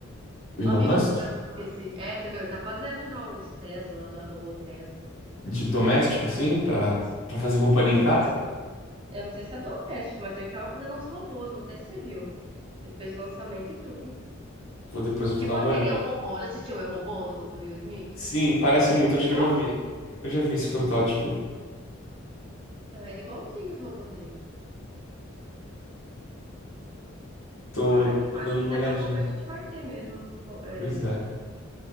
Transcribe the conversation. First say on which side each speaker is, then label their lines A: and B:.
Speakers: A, on the left (about 80°); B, on the right (about 25°).
A: Elon
B: O amigo
A: Musk,
B: do Trump, esqueci. É, você viu, ele tá fazendo já os Tesla na robô Tesla.
A: de doméstico assim, pra para fazer companhia
B: Ah,
A: em
B: não
A: casa.
B: sei se é do- eu não sei se é doméstico, mas ele tava fazendo uns robôs, não sei se você viu. Ele fez o lançamento e tudo.
A: Vou depois eu vou
B: Tipo
A: dar uma
B: aquele
A: olhada.
B: Eu, Robô, já assistiu o Eu, Robô do, do Will Smith?
A: Sim, parece muito, acho
B: É
A: que
B: igualzinho.
A: eu já vi. Eu já vi esse protótipo.
B: Então, era igualzinho os robôs dele.
A: Tô,
B: Mas
A: tô
B: acho
A: dando uma
B: que daqui
A: olhadinha.
B: a pouco a gente vai ter mesmo. É,
A: Pois é.